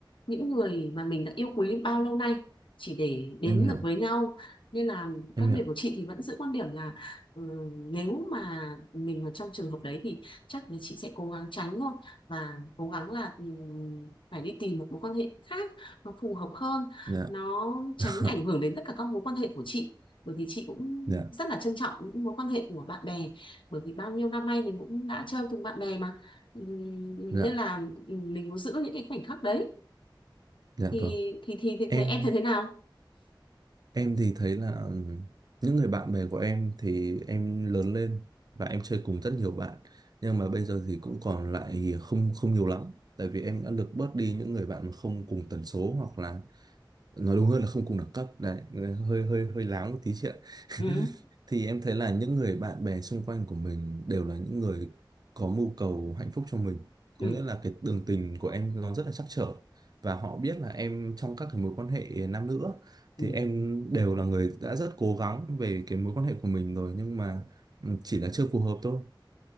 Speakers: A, on the left; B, on the right.
A: những người mà mình đã yêu quý bao lâu nay chỉ để đến
B: em hiểu
A: được với nhau nên là
B: em
A: các
B: hiểu
A: điểm của chị thì vẫn giữ quan điểm là ừ, nếu mà mình ở trong trường hợp đấy thì chắc là chị sẽ cố gắng tránh thôi và cố gắng là ừ, phải đi tìm một mối quan hệ khác nó phù hợp hơn
B: dạ
A: nó tránh
B: <laughs>
A: ảnh hưởng đến tất cả các mối quan hệ của chị bởi vì chị cũng
B: dạ
A: rất là trân trọng những mối quan hệ của bạn bè bởi vì bao nhiêu năm nay mình cũng đã chơi cùng bạn bè mà Ừ,
B: dạ
A: nên là ừ, mình muốn giữ những cái khoảnh khắc đấy
B: dạ
A: thì
B: vâng
A: thì thì, thì,
B: em
A: thì em thấy thế nào
B: em thì thấy là ừm, những người bạn bè của em thì em lớn lên và em chơi cùng rất nhiều bạn nhưng mà bây giờ thì cũng còn lại không không nhiều lắm tại vì em đã lược bớt đi những người bạn mà không cùng tần số hoặc là nói đúng hơn là không cùng đẳng cấp đấy hơi hơi hơi láo một tí chuyện <laughs>
A: <laughs> ừ.
B: thì em thấy là những người bạn bè xung quanh của mình đều là những người có mưu cầu hạnh phúc cho mình
A: ừ
B: có nghĩa là cái đường tình của em nó rất là trắc trở và họ biết là em trong các cái mối quan hệ nam nữ á,
A: ừ
B: thì em đều là người đã rất cố gắng về cái mối quan hệ của mình rồi nhưng mà ừ, chỉ là chưa phù hợp thôi